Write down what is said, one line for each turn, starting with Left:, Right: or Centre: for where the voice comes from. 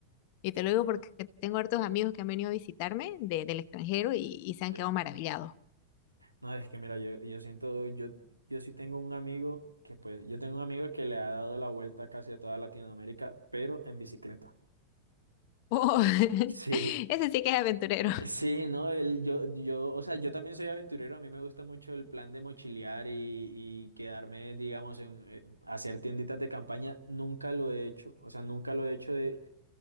Left: Y te lo digo porque tengo hartos amigos que han venido a visitarme de- del extranjero y, y se
Right: Sí.
Left: han quedado maravillados.
Right: No, es que mira, yo, yo siento, yo, yo sí tengo un amigo que pues, yo tengo un amigo que le ha dado la vuelta casi a toda Latinoamérica, pero en bicicleta.
Left: Oh, <laughs>
Right: <laughs> Sí.
Left: ese sí que es aventurero.
Right: Sí, no, el, yo, yo, o sea, yo también soy aventurero, a mí me gusta mucho el plan de mochilear y, y quedarme, digamos, en, eh, hacer tienditas de campaña, nunca lo he hecho, o sea, nunca lo he hecho de